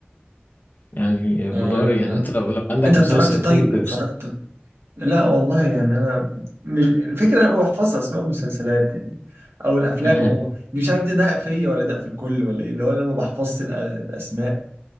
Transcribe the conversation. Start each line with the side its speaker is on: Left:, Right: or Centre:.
Left: يعني بدور
Right: أه...
Left: يعني انت لو لو عندك
Right: انت اتفرجت
Left: مسلسل كوميدي
Right: طيب اتفرجت
Left: بس
Right: لا والله يعني انا مش الفكره انا ما بحفظش اسماء المسلسلات يعني او الافلام
Left: امم
Right: عموما مش عارف ده ده فيا ولا ده في الكل ولا ايه اللي هو انا ما بحفظش الأ- الاسماء